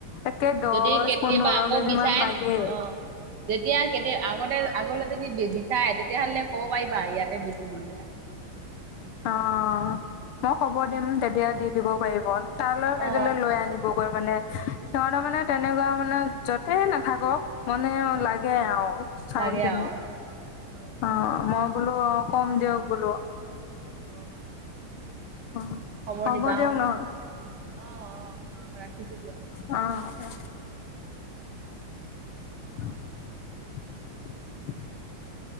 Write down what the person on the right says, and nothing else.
যদি কেতিয়াবা
আকৌ
বিচাৰে
অ যেতিয়া, কেতিয়া, আগতে আগলে যদি বি-বিচাৰে, তেতিয়াহ'লে ক'ব পাৰিবা, ইয়াতে বেছি বুলি পেলাই।
অ
অ
অ
লাগে
<unintelligible>
অ'।
খবৰ
দিবা,
অ',
হব দিয়ক অ', অ', অ', ৰাখিছোঁ দিয়া।